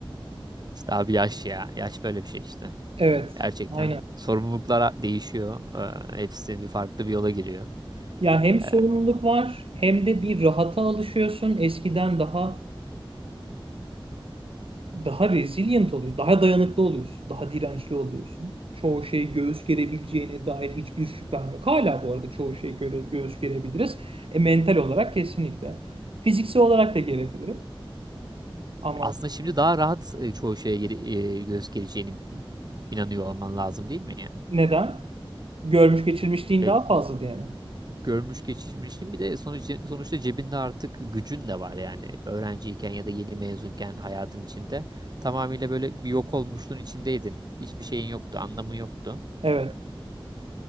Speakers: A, on the right (about 45°); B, on the right (about 75°).
A: İşte abi yaş ya. Yaş böyle bir şey işte.
B: Evet,
A: Gerçekten
B: aynen.
A: sorumluluklar değişiyor. Ee, hepsi bir farklı bir yola giriyor.
B: Ya hem sorumluluk
A: Ee,
B: var hem de bir rahata alışıyorsun. Eskiden daha daha resilient oluyorsun, daha dayanıklı oluyorsun, daha dirençli oluyorsun. Çoğu şeyi göğüs gerebileceğine dair hiçbir şüphem yok. Hala bu arada çoğu şeyi göre, göğüs gerebiliriz. E, mental olarak kesinlikle. Fiziksel olarak da gerebiliriz. Ama
A: aslında şimdi daha rahat e, çoğu şeye geri- e, göz geleceğini inanıyor olman lazım değil mi ya?
B: neden? Görmüş geçirmişliğin
A: E,
B: daha fazla diye mi?
A: görmüş geçirmişsin. Bir de sonuç, sonuçta cebinde artık gücün de var yani öğrenciyken ya da yeni mezunken hayatın içinde. Tamamıyla böyle bir yok olmuşluğun içindeydin. Hiçbir şeyin yoktu, anlamı yoktu.
B: Evet.